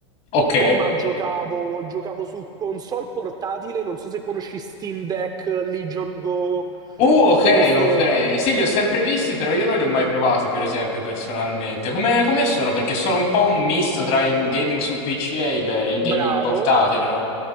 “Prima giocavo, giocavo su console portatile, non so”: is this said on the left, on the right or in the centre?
Right